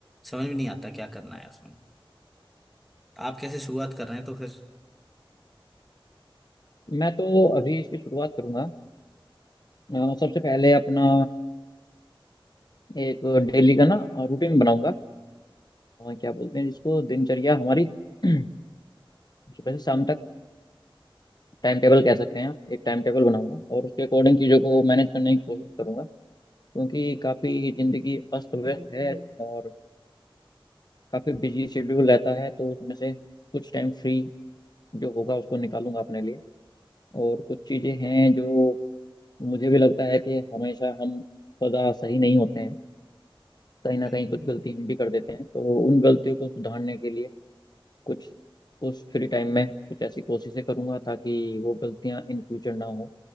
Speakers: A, in the centre; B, on the left.
A: समझ में नहीं आता क्या करना है उसमें आप कैसे शुरुआत कर रहे हैं तो फिर
B: मैं तो अभी इसकी शुरुआत करूँगा अ, सबसे पहले अपना एक डेली का ना रूटीन बनाऊंगा अ, क्या बोलते हैं जिसको दिनचर्या हमारी <clears throat> सुबह से शाम तक टाइम टेबल कह सकते हैं आप एक टाइम टेबल बनाऊंगा और उसके अकॉर्डिंग चीज़ों को मैनेज करने की कोशिश करूंगा क्योंकि काफ़ी ज़िंदगी अस्त व्यस्त है और काफ़ी बिजी शेड्यूल रहता है तो उसमें से कुछ टाइम फ्री जो होगा उसको निकालूंगा अपने लिए और कुछ चीज़ें हैं जो मुझे भी लगता है कि हमेशा हम सदा सही नहीं होते हैं कहीं ना
A: बिल्कुल
B: कहीं कुछ गलती हम भी कर देते हैं तो उन गलतियों को सुधारने के लिए कुछ उस फ्री टाइम में कुछ ऐसी कोशिशें करूंगा ताकि वो गलतियां इन फ्यूचर ना हो